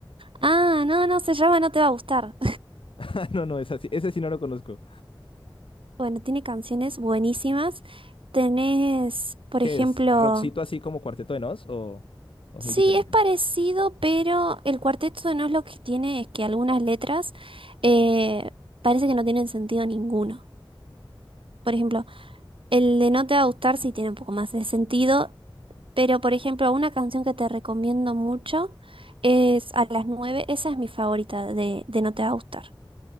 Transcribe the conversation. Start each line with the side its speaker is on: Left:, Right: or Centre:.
Right: Ah, no, no, se llama No te va a gustar.
Left: <laughs> No, no, es así, ese sí no lo conozco.
Right: Bueno, tiene canciones buenísimas. Tenés, por
Left: ¿Qué
Right: ejemplo,
Left: es? ¿Rockcito así como Cuarteto de Nos o, o es
Right: sí,
Left: muy diferente?
Right: es parecido, pero el Cuarteto no es lo que tiene es que algunas letras eh, parece que no tienen sentido ninguno. Por ejemplo, el de No te va a gustar sí tiene un poco más de sentido, pero por ejemplo, una canción que te recomiendo mucho es A las 9, esa es mi favorita de, de No te va a gustar.